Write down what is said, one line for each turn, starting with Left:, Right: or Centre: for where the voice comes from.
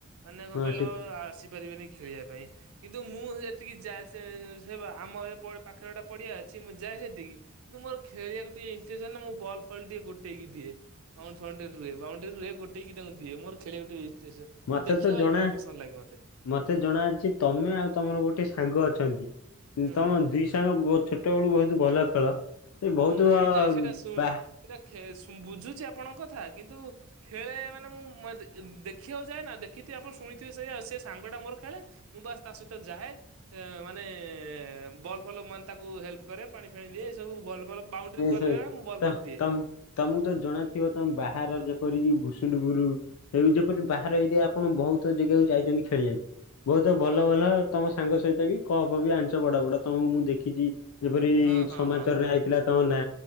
Right: ମାନେ କଣ
Left: ହଁ
Right: କହିଲ
Left: ସେ
Right: ଆସିପାରିବେନି ଖେଳିବା ପାଇଁ। କିନ୍ତୁ ମୁଁ ସେତିକି ଯାଏ ସେ ସେ ଆମ ପାଖରେ ଗୋଟେ ପଡିଆ ଅଛି ମୁଁ ଯାଏ ସେତିକି କିନ୍ତୁ ମୋର ଖେଳିବାକୁ ଟିକେ ଇଣ୍ଟେସ ନା ମୁଁ ବଲ ଫଲ୍ ଟିକେ ଗୋଟେକି ଦିଏ ଫର୍ଣ୍ଟ ରହେ ବାଉଣ୍ଡରୀ ରୁହେ ଗୋଟେକ କି ତାଙ୍କୁ ଦି ମୋର ଖେଳିବା କୁ ଟିକେ ଇଣ୍ଟେଶ
Left: ମତେ
Right: ଦେଖାର
Left: ତ ଜଣା
Right: ଭଲ ପସନ୍ଦ ଲାଗେ ମତେ।
Left: ମତେ ଜଣାଅଛି ତମେ ଆଉ ତମର ଗୋଟେ ସାଙ୍ଗ ଅଛନ୍ତି
Right: ହୁଁ।
Left: ତମ ଦିଇ ସାଙ୍ଗ ବୋ ଛୋଟବେଳୁ ବହୁତ ଭଲ ଖେଳ ସେ ବହୁତ
Right: ନାଇଁ
Left: ବା
Right: ନାଇଁ ସେଇଟା ସୁ
Left: ବାହା
Right: ସେଇଟା ବୁଝୁଛି ଆପଣଙ୍କ କଥା କିନ୍ତୁ ଖେଳେ ମାନେ ମୁଁ ଦେଖିବାକୁ ଯାଏ ନା ଦେଖିଥିବି ଆପଣ ଶୁଣିଥିବେ ସେ ସେ ସାଙ୍ଗ ଟା ମୋର ଖେଳେ। ମୁଁ ବାସ ତା ସହିତ ଯାଏ। ଇଁ ମାନେ ବଲ୍ ଫଲ ମାନେ ତାକୁ ହେଲ୍ପ କରେ ପାଣି ଫାଣି ଦିଏ ଏ ସବୁ ବଲ୍ ଫଲ୍ ବାଉଣ୍ଡରି କରେ
Left: ସେ
Right: ମୁଁ ବଲ୍
Left: ତ
Right: ଫଲ ଦିଏ।
Left: ତମ ତମକୁ ତ ଜଣାଥିବ ତମେ ବାହାର ଯେପରି ଭୁସୁଣ୍ଡପୁରୁ ଏଇ ଯେପରି ବାହାର ଏରିଆ ଆପଣ ବହୁତ ଜେଗାକୁ ଯାଇଛନ୍ତି ଖେଳିବାକୁ। ବହୁତ ଭଲ
Right: ହଁ
Left: ଭଲ
Right: ହଁ ହଁ
Left: ତମ ସାଙ୍ଗ ସହିତ ବି କପ୍ ବି ଆଣିଛ ବଡ ବଡ ତମକୁ ମୁଁ ଦେଖ ଖିଚି ଯେପରି
Right: ହଁ ହଁ
Left: ସମାଚାର
Right: ହଁ
Left: ରେ
Right: ହଁ ହଁ
Left: ଆଇଥିଲା ତମ ନା।